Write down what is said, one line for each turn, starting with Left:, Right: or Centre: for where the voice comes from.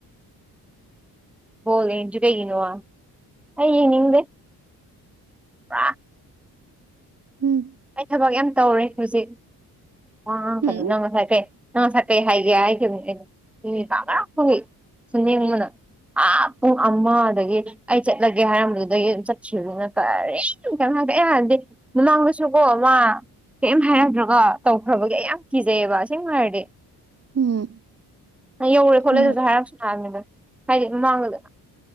Centre: ꯕꯣꯜ ꯌꯦꯪ ꯗꯔ꯭ꯤ ꯀꯔꯤꯒꯤꯅꯣꯑꯩ ꯌꯦꯪꯅꯤꯡꯗꯦ ꯑ <unintelligible> <inaudible>
Right: ꯎꯝ
Centre: ꯑꯩ ꯊꯕꯛ ꯌꯥꯝ ꯇꯧꯔꯦ ꯍꯧꯖꯤꯛ ꯋꯥ ꯀꯩꯅꯣ
Right: ꯎꯝ
Centre: ꯅꯪ ꯉꯁꯥꯏ ꯀꯩ ꯅꯪ ꯁꯀꯩ ꯍꯥꯏꯒꯦ ꯍꯥꯏꯈꯤꯕꯅꯤ ꯑꯩꯅ ꯄ ꯉ ꯐꯪ ꯁꯨꯝ ꯅꯡꯕꯅ ꯑ ꯄꯨꯡ ꯑꯃꯗꯒꯤ ꯑꯩ ꯆꯠꯂꯒꯦ ꯍꯥꯏꯔꯝꯕꯗꯨꯗꯒꯤ ꯑꯗꯨꯝ ꯆꯠꯈꯤꯕꯗꯨꯅ ꯀꯔꯤ ꯑꯦ ꯂꯪ ꯆꯁꯨꯀꯣ ꯃꯥ ꯀꯩꯝ ꯍꯥꯏꯔꯝꯗ꯭ꯔꯒ ꯇꯧꯈ꯭ꯔꯕꯒꯦ ꯑꯩ ꯌꯥꯝ ꯀꯤꯖꯩꯑꯕ ꯁꯦꯡꯅ ꯍꯥꯏꯔꯗꯤ
Right: ꯎꯝ
Centre: ꯌꯧꯔꯦ ꯈꯣꯠꯂꯦ
Right: ꯍꯣꯏ
Centre: ꯑꯗꯨꯁꯨ ꯍꯥꯏꯔꯥꯡꯁꯨ ꯂꯥꯛꯑꯅꯤꯗ ꯍꯥꯏꯗꯤ ꯃꯃꯥꯡꯗꯗ